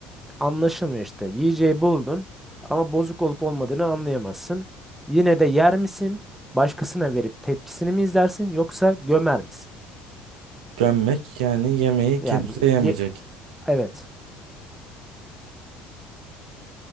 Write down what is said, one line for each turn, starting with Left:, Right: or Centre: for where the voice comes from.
Centre: Anlaşılmıyor işte. Yiyeceği buldun ama bozuk olup olmadığını anlayamazsın. Yine de yer misin? Başkasına verip tepkisini mi izlersin yoksa gömer misin?
Right: Gömmek yani yemeği
Centre: Yani
Right: kimse yemeyecek.
Centre: ye- evet.